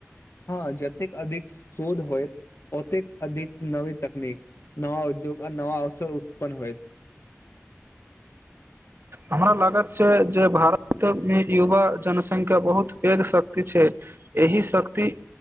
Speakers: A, on the left (about 55°); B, on the right (about 50°).
A: हँ जतेक अधिक शोध होयत ओतेक अधिक नवी तकनीक नवा उद्योग आ नवा अवसर उत्पन्न होयत <inaudible>
B: हमरा लागत छै जे भारत मे युवा जनसंख्या बहुत पैघ शक्ति छै एहि शक्ति